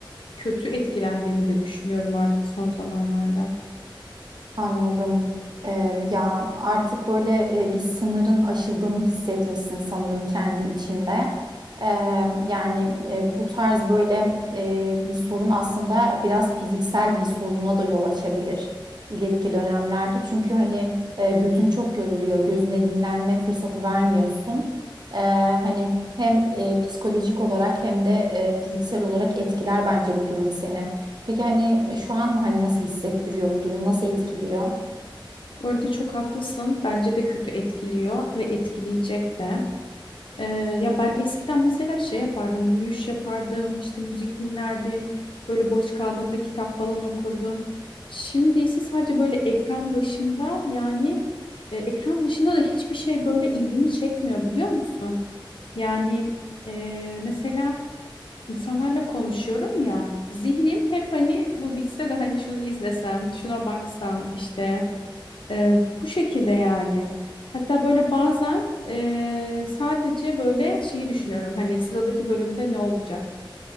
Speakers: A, on the left; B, on the right.
A: kötü etkilendiğimi de düşünüyorum artık son zamanlarda.
B: Anladım. Ee, ya artık böyle e, bir sınırın aşıldığını hissetmişsin sanırım kendi içinde. Ee, yani e, bu tarz böyle e, bir sorun aslında biraz fiziksel bir soruna da yol açabilir ileriki dönemlerde. Çünkü hani e, gözün çok yoruluyor, gözüne dinlenme fırsatı vermiyorsun. Ee, hani hem e, psikolojik olarak hem de e, fiziksel olarak etkiler bence bu durum seni. Peki hani şu an hani nasıl hissettiriyor bu durum? Nasıl etkiliyor?
A: Bu arada çok haklısın. Bence de kötü etkiliyor ve etkileyecek de. Ee, ya ben eskiden mesela şey yapardım, yürüyüş yapardım, işte müzik dinlerdim, böyle boş kaldığımda kitap falan okurdum. Şimdi ise sadece böyle ekran başında yani e, ekran dışında da hiçbir şey böyle ilgimi çekmiyor biliyor musun? Yani e, mesela insanlarla konuşuyorum ya, zihnim hep hani bu bitse de hani şunu izlesem, şuna baksam işte. Ee, bu şekilde yani. Hatta böyle bazen ee, sadece böyle şeyi düşünüyorum. Hani sıradaki bölümde ne olacak?